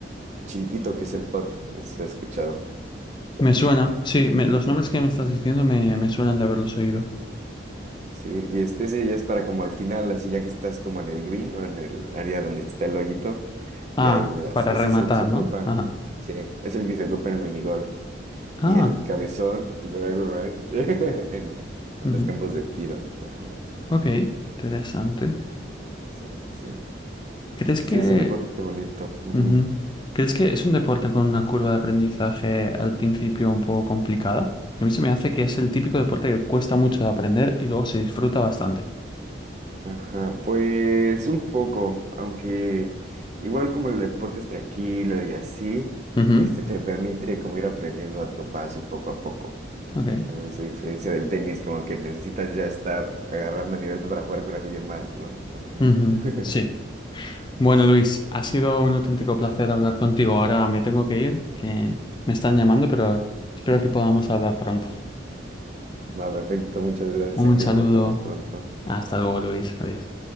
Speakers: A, on the right; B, on the left.
A: chiquito que es el pot, no sé si has escuchado.
B: Me suena, sí, me- los nombres que me estás diciendo me, me suenan de haberlos oído.
A: Sí, y es, ese ya es para como al final, así ya que estás como en el green o en el área donde está el hoyito,
B: Ah,
A: y ahí le das.
B: para
A: Ese
B: rematar,
A: es el que se ocupa,
B: ¿no? Ajá.
A: sí, es el que se ocupa en el minigolf.
B: Ah,
A: Y el cabezón, el driver range, <laughs> en, en
B: ujú,
A: los campos de tiro. Ajá,
B: ok, interesante.
A: sí, sí, sí.
B: ¿Crees que
A: Sí, es un deporte bonito. ujú,
B: Ujú. ¿Crees que es un deporte con una curva de aprendizaje al principio un poco complicada? Porque a mí se me hace que es el típico deporte que cuesta mucho de aprender y luego se disfruta bastante.
A: Ajá. Pues un poco, aunque igual como el deporte es tranquilo y así,
B: Ujú,
A: este te permite como ir aprendiendo a tu paso y poco a poco.
B: Ok.
A: Tal vez a diferencia del tenis, como que necesitas ya estar agarrando nivel para jugar con alguien más, ¿no? Ajá.
B: Ujú,
A: <laughs>
B: Sí. Bueno,
A: Sí.
B: Luis, ha sido un auténtico placer hablar contigo. Ahora me tengo que ir, que me están llamando, pero espero que podamos hablar pronto.
A: Va, perfecto. Muchas gracias,
B: Un
A: Ángel.
B: saludo.
A: Nos vemos pronto.
B: Hasta luego, Luis. Adiós.